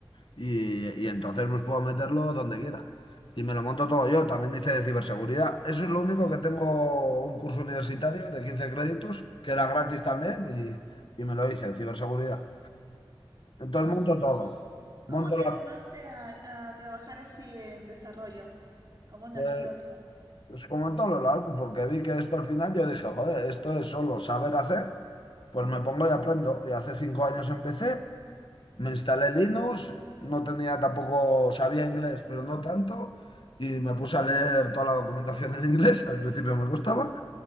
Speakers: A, on the left; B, on the right.
A: y, y entonces pues puedo meterlo donde quiera. Y me lo monto todo yo. También hice de ciberseguridad. Eso es lo único que tengo un curso universitario de 15 créditos, que era gratis también, y, y me lo hice en ciberseguridad. Entonces
B: Ah,
A: monto
B: ¿y
A: todo.
B: cómo,
A: Monto
B: cómo te
A: la,
B: animaste a, a trabajar así en desarrollo? ¿Cómo nació?
A: eh, pues como en todos los lados, pues porque vi que esto al final yo dije, joder, esto es solo saber hacer, pues me pongo y aprendo. Y hace cinco años empecé Me instalé Linux, no tenía tampoco, sabía inglés, pero no tanto, y me puse a leer toda la documentación en inglés, al principio me costaba,